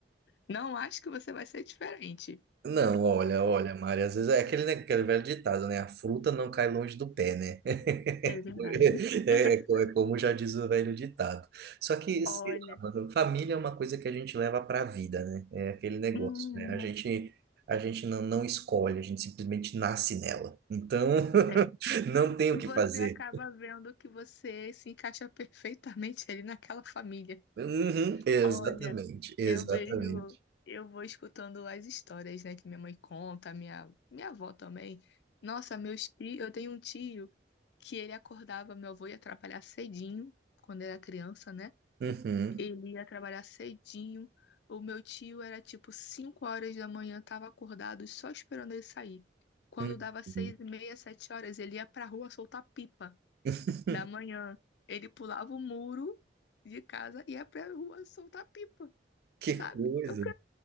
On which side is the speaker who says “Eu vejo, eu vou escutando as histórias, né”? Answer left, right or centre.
Left